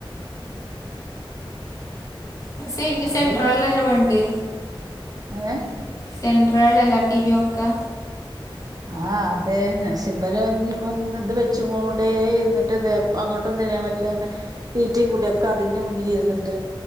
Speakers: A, on the left; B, on the right.
A: ആഹ് സരിക്ക്
B: അത്
A: സെൻട്രേലല്ലെ വാണ്ടേ
B: ഏഹ്
A: സെൻട്രേലല്ലെ ടീവി വെക്കാ
B: ആഹ് അതെ ക്ഷേ ഇബല് ഇഞ്ഞ്പ്പോ ഇങ്ങ് ഇത് വെച്ച്ങ്ങോണ്ടേ ഇര്ന്ന്ട്ട് ഇതെ പ്പങ്ങോട്ടും തിരിയാൻ പറ്റില്ലാന്ന തീറ്റിം കുടിം ഒക്കെ അതിന്റെ മുന്നിലിര്ന്നിട്ട്